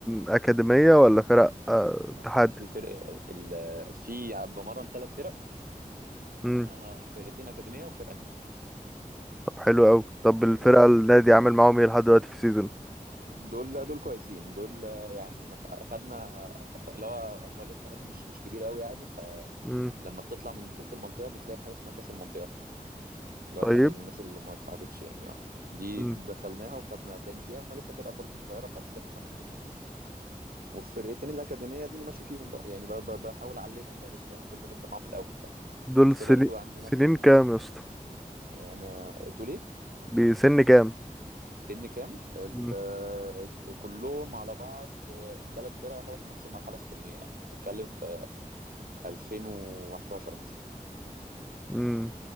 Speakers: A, in the centre; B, on the right.
A: اكاديميه ولا فرق آه،
B: آه،
A: اتحاد
B: في فرق ال... في بمرن ثلاث فرق
A: امم
B: آه، فرقتين اكاديميه وفرقه نادي
A: طب حلو قوي طب الفرقه
B: اه
A: النادي عامل معاهم ايه لحد دلوقتي في السيزون
B: دول دول كويسين دول آه، يعني ما خ- خدنا اللي هو هو لسه نادي مش مش كبير قوي يعني فلما
A: امم
B: بتطلع من بطوله المنطقه بتلاقي بحاجه اسمها كاس المنطقه اللي
A: طيب
B: هو حاجه للناس اللي ما اتصعدتش يعني اه دي
A: امم
B: دخلناها وخدنا تاني فيها هما لسه فرقه برضو صغيره فلسه بيفهموا الدنيا يعني والفرقتين الاكاديميه دي أنا ماشي فيهم بقى يعني بقى بقى- بحاول اعلمهم بقى لسه يعني دول بنبدا معاهم من الاول فاهم
A: دول
B: بس
A: سنين
B: برضو عندي نفس
A: سنين كام يا اسطى
B: انا تقول ايه
A: بسن كام
B: سن كام ال-
A: مم.
B: كلهم على بعض الثلاث فرق يعتبر في نفس المرحله السنيه يعني بتتكلم في 2011 مثلا
A: مم.